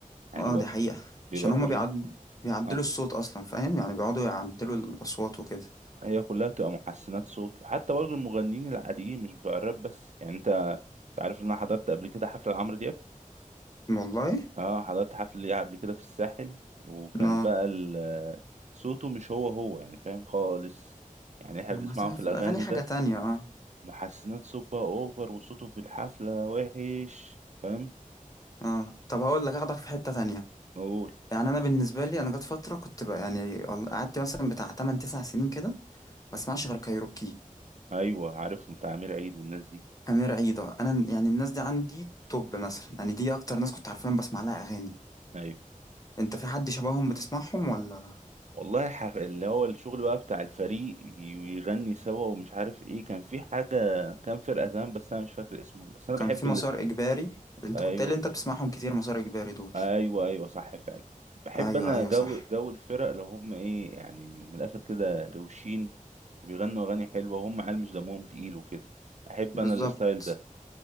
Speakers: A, on the right; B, on the left.
A: يعني
B: اه
A: بيبقى
B: دي حقيقه
A: بيبقى
B: عشان
A: كلها
B: هما بيعد... بيعدلوا
A: اه
B: الصوت اصلا فاهم يعني بيقعدوا يعدلوا الاصوات وكده
A: هي كلها بتبقى محسنات صوت وحتى برضو المغنيين العاديين مش بتوع الراب بس يعني انت عارف ان انا حضرت قبل كده حفلة لعمرو دياب
B: والله
A: اه حضرت حفل ليه قبل كده في الساحل وكان
B: اه
A: بقى ال- صوته مش هو هو يعني فاهم خالص يعني احنا
B: ما
A: بنسمعه
B: بس في
A: في الاغاني
B: الاغاني حاجه
A: ده
B: تانية اه
A: محسنات صبة اوفر وصوته في الحفلة وحش فاهم
B: اه طب هقول لك اخدك في حته تانية
A: اقول
B: يعني انا بالنسبه لي انا جت فتره كنت بقى يعني وال- قعدت مثلا بتاع 8 9 سنين كده ما اسمعش غير كايروكي
A: ايوه عارفهم بتاع امير عيد والناس دي
B: امير عيده انا يعني الناس دي عندي توب مثلا يعني دي اكتر ناس كنت عارفين بسمع لها اغاني
A: ايوه
B: انت في حد شبههم بتسمعهم ولا
A: والله حف... اللي هو الشغل بقى بتاع الفريق ي- ويغني سوا ومش عارف ايه كان في حاجة كان فرقة زمان بس انا مش فاكر اسمهم بس انا
B: كان
A: بحب
B: في
A: اللي...
B: مسار اجباري انت
A: ايوه
B: كنت قايل انت بتسمعهم كتير مسار اجباري دول
A: ايوه ايوه صح فعلا بحب
B: ايوه
A: انا
B: ايوه
A: جو
B: صح
A: جو الفرق لو هم ايه يعني من الاخر كده روشين وبيغنوا اغاني حلوه وهم عيال مش دمهم تقيل وكده احب
B: بالظبط
A: انا الستايل ده